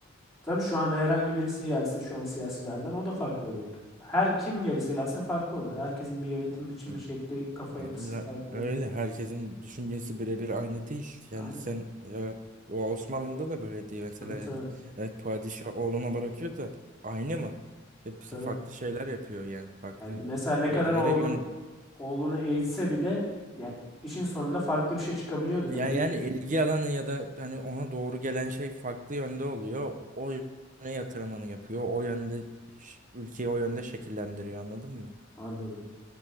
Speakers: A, in the centre; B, on the right.
A: Tabii şu an herhangi birisi gelse şu an siyasilerden o da farklı olacak. Her kim gelirse gelsin farklı olur. Herkesin bir yönetim biçimi
B: Evet.
A: şekli, kafa yapısı
B: Ya
A: farklı.
B: Öyle herkesin düşüncesi birebir aynı değil. Yani
A: Aynen.
B: sen e, o Osmanlı'da da böyle değil mesela
A: Tabii tabii.
B: yani. Evet padişah oğluna bırakıyor da aynı mı? Hepsi
A: Tabii.
B: farklı şeyler yapıyor yani farklı
A: Yani mesela
B: şeylere
A: ne kadar oğlun
B: yön
A: oğlunu eğitse bile yani işin sonunda farklı bir şey çıkabiliyordu
B: yani,
A: dediğin
B: yani
A: gibi.
B: ilgi alanı ya da hani ona doğru gelen şey farklı yönde oluyor. O yöne yatırımını yapıyor. O yönde ş- ülkeyi o yönde şekillendiriyor anladın mı?
A: Anladım.